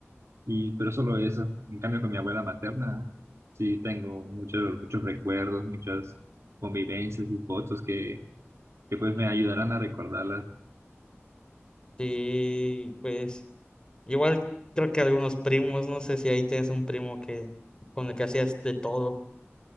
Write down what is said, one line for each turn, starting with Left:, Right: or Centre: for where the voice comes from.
Right: Y, pero solo eso. En cambio, con mi abuela materna, sí tengo muchos, muchos recuerdos, muchas convivencias y fotos que, que pues me ayudarán a recordarlas.
Left: Sí, pues igual creo que algunos primos, no sé si ahí tienes un primo que con el que hacías de todo.